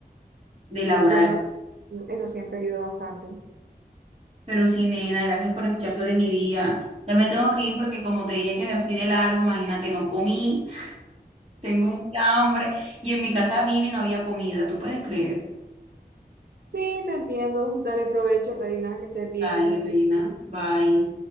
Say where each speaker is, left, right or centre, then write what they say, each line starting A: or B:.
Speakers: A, on the right; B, on the right.
A: de laboral.
B: bueno, eso siempre ayuda bastante.
A: Pero sí, nena, gracias por escuchar sobre mi día. Ya me tengo que ir porque como te dije que me fui de largo, imagínate, no comí, <laughs> tengo mucha hambre y en mi casa vine y no había comida, ¿tú puedes creer?
B: Sí, te entiendo. Dale provecho, Reina, que estés bien.
A: Dale,
B: Hasta
A: reina,
B: luego.
A: bye.